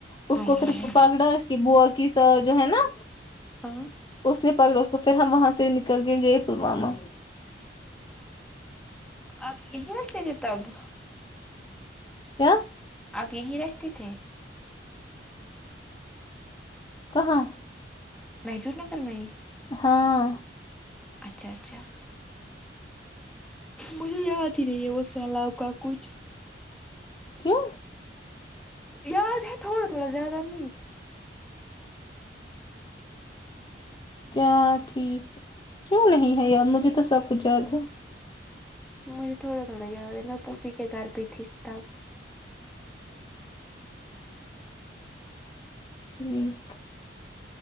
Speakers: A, on the left; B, in the centre.
A: اس
B: ہائے
A: کو پھر
B: ہائے
A: پکڑا اس کی بوا کے ساتھ جو ہے نا
B: ہاں
A: اس نے پکڑا اس کو پھر ہم وہاں سے نکل گئے پلواما
B: آپ یہیں رہتے تھے تب
A: کیا
B: آپ یہی رہتے تھے
A: کہاں
B: محجور نگر میں ہی
A: ہاں
B: اچھا اچھا مجھے یاد ہی نہیں ہے وہ سیلاب کا کچھ
A: کیوں
B: یاد ہے تھوڑا تھوڑا زیادہ نہیں ہے
A: کیا ٹھیک کیوں نہیں ہے یار مجھے تو سب کچھ یاد ہے
B: مجھے تھوڑا تھوڑا یاد ہے میں پھوفی کے گھر پے تھی تب
A: ٹھیک